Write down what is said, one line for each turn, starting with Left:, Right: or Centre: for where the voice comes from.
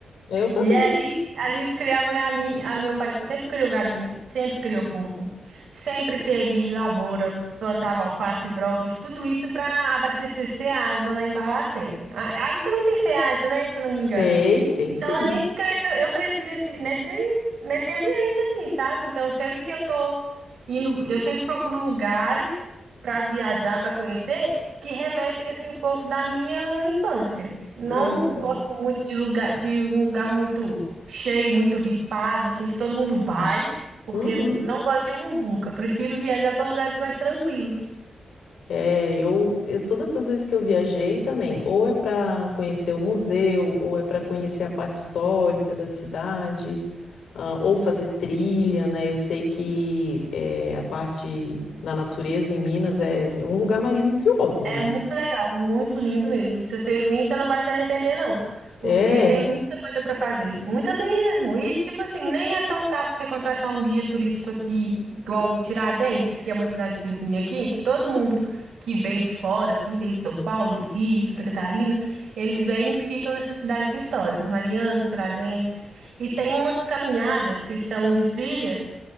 Left: Eu também.
Right: E aí a gente criava galinha. Ah, meu pai sempre criou galinha, sempre criou porco, sempre teve lavoura, plantava alface, brócolis, tudo isso para abastecer Ceasa lá em Barbacena. Ah, Aí também tem Ceasa, né? Se eu não me engano.
Left: Tem, tem
Right: Então
Left: sim.
Right: a gente cresceu, eu cresci nesse, nesse, nesse ambiente assim, sabe? Então sempre que eu tô indo, eu sempre procuro lugares para viajar, para conhecer, que remetem assim um pouco da minha infância. Não
Left: Olha só.
Right: gosto muito de lugar, de um lugar muito cheio, muito ripado, assim, que todo mundo vai, porque
Left: Uhum.
Right: não gosto de muvuca. Prefiro viajar para lugares mais tranquilos.
Left: É, eu, eu todas as vezes que eu viajei também, ou é para conhecer o museu, ou é para conhecer a parte histórica da cidade, ah, ou fazer trilha, né? Eu sei que eh, a parte da natureza em Minas é, é um lugar mais lindo que o outro,
Right: É
Left: né?
Right: muito legal, muito lindo mesmo. Se você vir, você não vai se arrepender, não. Porque
Left: É,
Right: tem muita coisa para fazer. Muita mesmo. E, tipo assim, nem é tão caro você contratar um guia turístico aqui, igual o Tiradentes, que é uma cidade vizinha aqui, que todo mundo que vem de fora, assim, vem de São Paulo, do Rio, Santa Catarina, eles vêm e ficam nessas cidades históricas, Mariana, Tiradentes. E tem umas caminhadas que chamam de trilhas,